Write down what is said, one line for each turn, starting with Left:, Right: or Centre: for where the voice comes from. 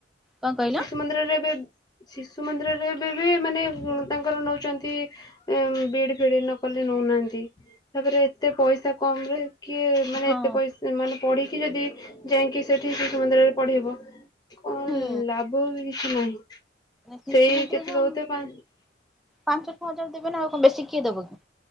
Centre: କଣ କହିଲ
Left: ଶିଶୁ ମନ୍ଦିରରେ ଏବେ ଶିଶୁ ମନ୍ଦିରରେ ଏବେ ବି ମାନେ ତାଙ୍କର ନଉଛନ୍ତି ଏ ବିଡି ଫିଡି ନ କଲେ ନଉନାହାନ୍ତି। ତାପରେ ଏତେ ପଇସା କମରେ କିଏ ମାନେ
Centre: ହଁ
Left: ଏତେ ପଇସା ମାନେ ପଢିକି ଯଦି ଯାଇକି ସେଠି ଶିଶୁ ମନ୍ଦିରରେ ପଢେଇବ କଣ
Centre: ହୁଁ।
Left: ଲାଭ ବି କିଛି ନାହିଁ
Centre: ଶିଶୁ
Left: ସେଇ
Centre: ମନ୍ଦିରରେ
Left: କେତେ ଦଉଥିବେ ପା
Centre: ପାଞ୍ଚ ଛଅ ହଜାର ଦେବେ ନା ଆଉ କଣ ବେଶୀ କିଏ ଦେବ କି।